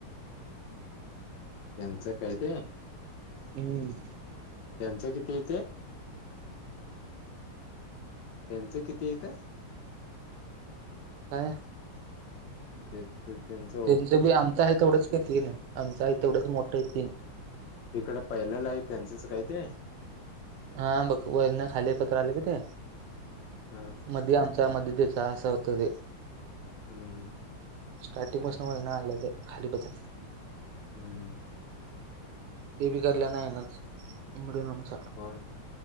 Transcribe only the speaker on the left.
त्यांचं काय ते
त्यांचं किती य तेे त्यांचं किती येतं
ठीक त्यांच
इकडे पहिलेलं आहेत त्यांचंच काय ते?
ह
हुं हुं.
हम्म.
हो ना